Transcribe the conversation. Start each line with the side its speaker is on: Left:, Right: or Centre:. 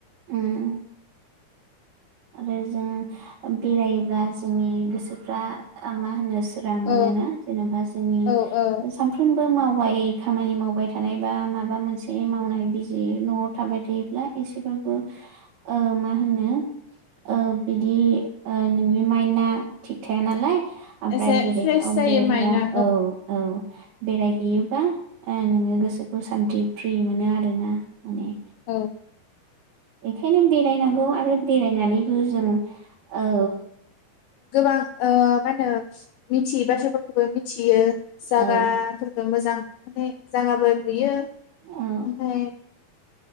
Right: उम आरो जों बेरायोब्ला जोंनि गोसोफ्रा मा होनो सो रां मोनोना
Left: औ
Right: जेन'बा जोंनि
Left: औ औ
Right: सानफ्रोम मावबाय खामानि मावबाय थानाय बा माबा मोनसे मावनाय बिजि न'आव थाबाय थायोब्ला एसेबाबो ओ मा होनो ओ बिदि ओ नोंनि माइनआ थिग थाया नालाय आमफ्राय
Left: एसे
Right: बेलेकाव
Left: फ्रेस जायो
Right: बेरायहैबा
Left: माइन्दआ
Right: औ औ बेरायहैयोबा ओ नोङो गोसोखौ सान्थि फ्रि मोनो आरोना माने
Left: औ
Right: एखायनो बेराय नां गौ आरो बेरायनानैबो जों ओ
Left: गोबां ओ मा होनो मिथियै बाथ्राफोरखौबो मिथियो जागाफोरखौ
Right: औ
Left: मोजां माने जागाबो नुयो ओमफाय
Right: औ